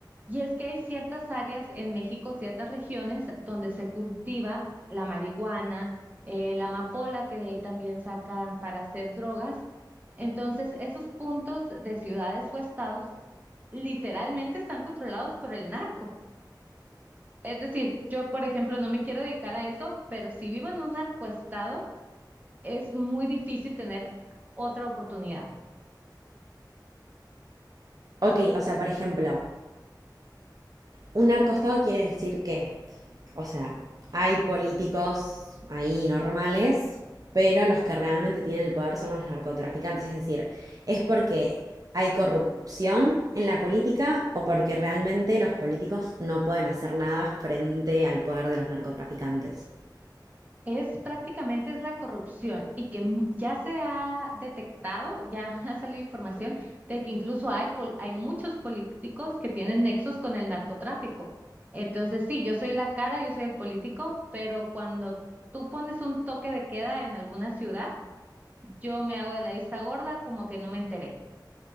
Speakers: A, on the right; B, on the right.
A: y es que hay ciertas áreas en México, ciertas regiones donde se cultiva la marihuana, eh, la amapola, que de ahí también sacan para hacer drogas. Entonces, esos puntos de ciudades o estados literalmente están controlados por el narco. Es decir, yo, por ejemplo, no me quiero dedicar a eso, pero si vivo en un narcoestado, es muy difícil tener otra oportunidad.
B: Ok, o sea, por ejemplo, un narcoestado quiere decir que, o sea, hay políticos ahí normales, pero los que realmente tienen el poder son los narcotraficantes. Es decir, es porque hay corrupción en la política o porque realmente los políticos no pueden hacer nada frente al poder de los narcotraficantes.
A: Es prácticamente es la corrupción y que mu- ya se ha detectado, ya <laughs> ha salido información de que incluso hay, pol- hay muchos políticos que tienen nexos con el narcotráfico. Entonces, sí, yo soy la cara, yo soy el político, pero cuando tú pones un toque de queda en alguna ciudad, yo me hago de la vista gorda como que no me enteré